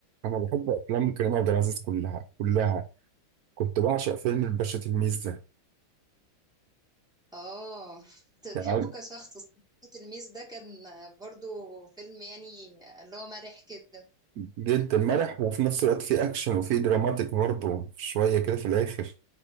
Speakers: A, on the right; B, in the centre.
A: انا بحب افلام كريم عبد العزيز كلها كلها كنت بعشق
B: مم.
A: فيلم الباشا تلميذ ده
B: اه <laughs>
A: يعني
B: تحبه كشخص التلميذ ده كان برضو فيلم يعني اللي هو مرح كده
A: جدا مرح وفي نفس الوقت في اكشن وفي دراماتيك برضه شويه كده في الاخر